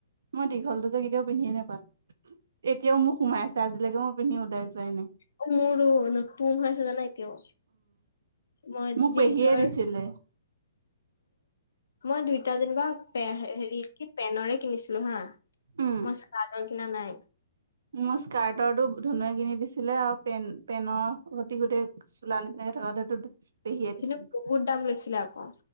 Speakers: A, on the right; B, on the left.
A: মই দীঘলটো যো কেতিয়াও পিন্ধিয়ে নাপালো! এতিয়াও মোক সোমাই আছে আজিলৈকে মই পিন্ধি উ <unintelligible>
B: অ মোৰো নতুন হৈ আছে জানা, এতিয়াও! মই
A: মোক
B: জিনছৰ
A: পেহীয়ে দিছিলে
B: অ মই দুইটা যেনিবা, অ হেৰি কি পেনৰে কিনিছিলো হা
A: উম
B: মই চা না নাই'
A: মোৰ স্কাৰ্টৰটো ধুনুুৱে কিনি দিছিলে, আৰু পেন পেনৰ অতি গোটেই চোলা নিচিনে থকাটোটো পেহিয়ে
B: কিন্তু
A: দিছিল।
B: বহুত দাম লৈছিলে আকৌ